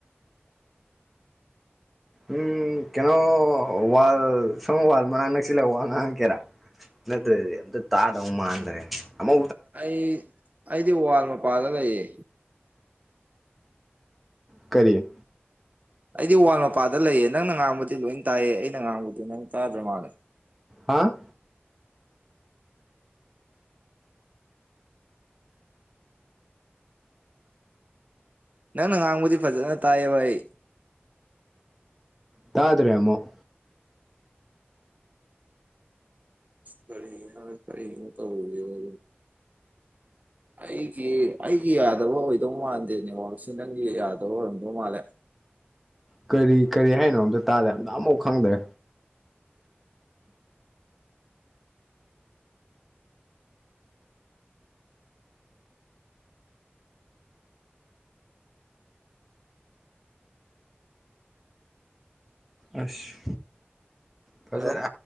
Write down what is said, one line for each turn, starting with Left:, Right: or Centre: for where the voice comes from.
Centre: ꯎꯝ ꯀꯩꯅꯣ ꯋꯥꯜ ꯁꯪ ꯋꯥꯜ ꯃꯛ ꯅꯛꯁꯤꯜꯂ ꯋꯥ ꯉꯥꯡꯥꯡꯀꯦꯔꯥ ꯅꯠꯇ꯭ꯔꯗꯤ ꯑꯝꯇ ꯇꯥꯗꯕ ꯃꯥꯟꯗꯔꯦ ꯑꯃ
Right: ꯑꯩ ꯑꯩꯗꯤ ꯋꯥꯋꯥꯜ ꯃꯄꯥꯗ ꯂꯩꯌꯦ
Centre: ꯀꯔꯤ
Right: ꯑꯩꯗꯤ ꯋꯥꯜ ꯃꯄꯥꯗ ꯂꯩꯌꯦ ꯅꯪꯅ ꯉꯥꯡꯕꯗꯤ ꯂꯣꯏ ꯇꯥꯏꯌꯦ ꯑꯩꯅ ꯉꯥꯡꯕꯗꯤ ꯅꯪ ꯇꯥꯗ꯭ꯔ ꯃꯥꯜꯂꯦ
Centre: ꯍꯥ
Right: ꯅꯪꯅ ꯉꯥꯡꯕꯗꯤ ꯐꯖꯅ ꯇꯥꯏ ꯍꯥꯏꯕ ꯑꯩ
Centre: ꯇꯥꯗ꯭ꯔꯦ ꯑꯃꯨꯛ
Right: ꯀꯔꯤꯅꯣ ꯀꯔꯤꯅꯣ ꯇꯧꯔꯤꯖꯤꯕꯨ ꯑꯩꯒꯤ ꯑꯩꯒꯤ ꯌꯥꯗ꯭ꯔꯕ ꯑꯣꯏꯗꯧ ꯃꯥꯟꯗꯦ ꯅꯦꯋꯥꯥꯛꯁꯤ ꯅꯪꯒꯤ ꯌꯥꯗꯕ ꯑꯣꯏꯔꯝꯗꯧ ꯃꯥꯜꯂꯦ
Centre: ꯀꯔꯤ ꯀꯔꯤ ꯍꯥꯏꯅꯣ ꯑꯝꯇ ꯇꯥꯗꯦ ꯑꯝꯇ ꯑꯃꯐꯥꯎ ꯈꯪꯗ꯭ꯔꯦ ꯑꯁ ꯐꯖꯔꯦ
Right: ꯍꯜꯂꯣ